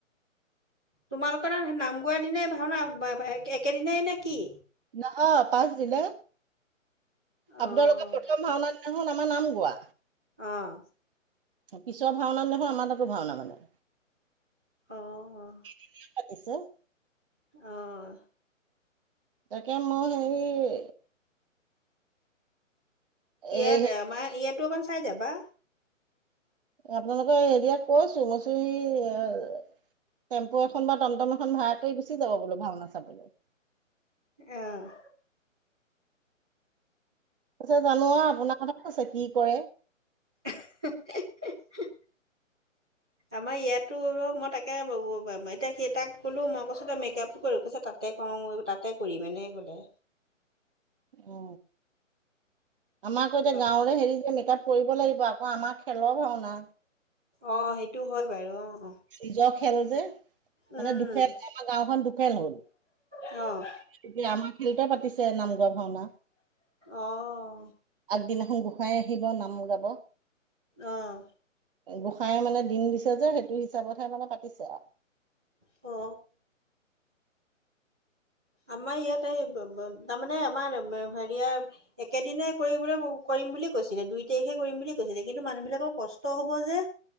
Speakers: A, in the centre; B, on the right.
A: তোমালোকৰ নাম গোৱাৰ দিনাই ভাওঁনা একেদিনাই নে কি?
B: নহয় পাছ দিনা। আপোনালোকৰ
A: অঁ
B: প্ৰথম ভাওঁনা দিনা খন আমাৰ নাম গোৱা।
A: আঁহ।
B: পিছৰ ভাওনা দিনাখনো আমাৰ তাতো ভাওনা মানে।
A: অঁ
B: কেই দিনিয়া পাতিছে?
A: অহ।
B: তাকে মই সেই এই
A: ইয়াত আমাৰ ইয়াতো অকণ চাই যাবা।
B: আপোনালোকৰ হেৰিয়াক কৈছো মই কৈছো ই অ টেম্পু এখন বা টমটম এখন ভাড়া কৰি গুচি যাব বোলো ভাওনা চাবলে।
A: অঁহ।
B: পিছে জানো আহ আপোনাৰ কথা কৈছে কি কৰে।
A: এহে হে হে হে আমাৰ ইয়াতো ৰুমত তাকে এতিয়া সি তাক ক'লোঁ মই কৈছোঁ তই মেকআপ কৰোঁ কৈছে তাতে কৰোঁ তাতে কৰি মানে। বোলে।
B: অ আমাৰ আকৌ এতিয়া
A: বাপ
B: গাঁৱৰে হেৰি যে মেক আপ কৰিব লাগিব আক। অ আমাৰ খেলৰ ভাওনা।
A: অ সেইটো হয় বাৰু অ।
B: নিজ খেল যে। মানে
A: উম,
B: দুখে আমাৰ গাওখন দুখন হ'ল।
A: অ',
B: এতিয়া আমাৰ ফ্ৰীতে পাতিছে নামঘৰ ভাওনা।
A: অহ।
B: আগদিনাখন গোসাই আহিব নাম গাব।
A: অহ।
B: গোঁসাই মানে দিন দিছে যে, সেইটো হিচাপতহে মানে পাতিছে আও।
A: অ। আমাৰ ইয়াত এই তাৰমানে আমাৰ হেৰিয়াৰ একেদিনে কৰিবলৈ কৰি। কৰিম বুলি কৈছিলে, দুই তাৰিখে কৰিম বুলি কৈছিলে। কিন্তু মানুহ বিলাকৰ কষ্ট হব যে।